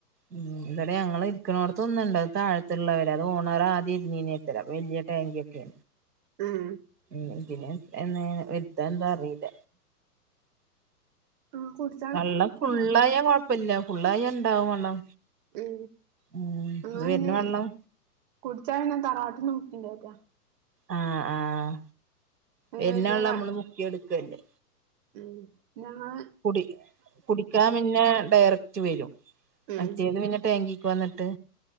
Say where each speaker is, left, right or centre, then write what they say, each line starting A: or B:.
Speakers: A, on the right (about 80°); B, on the right (about 35°).
A: ഉം ഞങ്ങൾ ഇരിക്ക്ണോട്ത്ത് ഒന്നുണ്ട് അത് താഴത്തുള്ളവര് അത് ഓണർ ആദ്യം ഇരുന്നീന വലിയ ടാങ്ക്യാക്കെ
B: ഉം
A: ഉഅ പിന്നെ വലുതാ എന്താ അറിയില്ല
B: ആഹ് കൊടു
A: വെള്ളം ഫുള്ളായാ കൊഴപ്പില്ല ഫുള്ളായ ഇണ്ടാവും വെള്ളം
B: ഉം
A: ഉം
B: അന്നാ
A: ഇത്
B: പിന്നെ
A: വരുന്ന വെള്ളം
B: കുടിച്ചാ പിന്നെ തറവാട്ടിന്ന് പറ്റില്ലെട്ട
A: ആഹ് ആഹ്
B: അതിന്
A: പിന്നൊള്ള
B: വലിയ പ
A: നമ്മള് മുക്കിയെടുക്കണ്ട്
B: ഉം നമ്മള്
A: കുടി കുടിക്കാൻ പിന്നെ ഡയറക്റ്റ് വരും മറ്റേത്
B: ഉം
A: പിന്നെ ടാങ്കിക്ക് വന്നിട്ട്